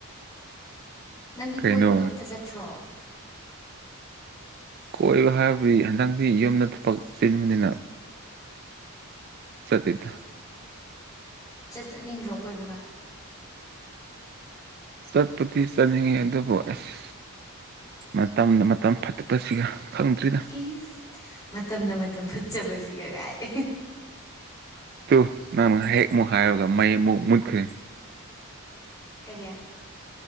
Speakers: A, on the left; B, on the right.
A: ꯅꯪꯗꯤ
B: ꯀꯩꯅꯣ
A: ꯀꯣꯏꯕꯒ ꯑꯝꯇ ꯆꯠꯇ꯭ꯔꯣ
B: ꯀꯣꯏꯕ ꯍꯥꯏꯕꯗꯤ ꯍꯟꯗꯛꯇꯗꯤ ꯌꯨꯝꯗ ꯊꯕꯛ ꯆꯤꯟꯕꯅꯤꯅ ꯆꯠꯇꯤꯗ
A: ꯆꯠ ꯆꯠꯅꯤꯡꯗ꯭ꯔꯣ ꯀꯣꯏꯕꯒ
B: ꯆꯠꯄꯗꯤ ꯆꯠꯅꯤꯡꯉꯦ ꯑꯗꯨꯕꯨ ꯑꯁ ꯃꯇꯝꯅ ꯃꯇꯝ ꯐꯠꯇꯄꯁꯤꯒ ꯈꯪꯗ꯭ꯔꯤꯗ
A: ꯏꯁ ꯃꯇꯝꯅ ꯃꯇꯝ ꯐꯠꯆꯕꯁꯤ ꯒꯒꯥꯏ
B: ꯇꯨ ꯅꯪꯅ ꯍꯦꯛ ꯅ‌ꯣꯛꯈꯥꯏꯔꯒ ꯃꯩ ꯑꯃꯨꯛ ꯃꯨꯠꯈ꯭ꯔꯦ
A: ꯀꯔꯤ